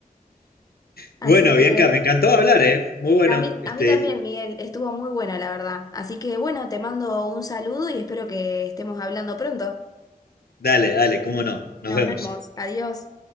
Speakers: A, on the left; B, on the left.
A: Bueno,
B: Así que
A: Bianca, me encantó hablar, ¿eh? Muy bueno.
B: a mí,
A: Este,
B: a mí también, Miguel, estuvo muy bueno, la verdad. Así que bueno, te mando un saludo y espero que estemos hablando pronto.
A: dale, dale, cómo no.
B: Nos
A: Nos vemos.
B: vemos. Adiós.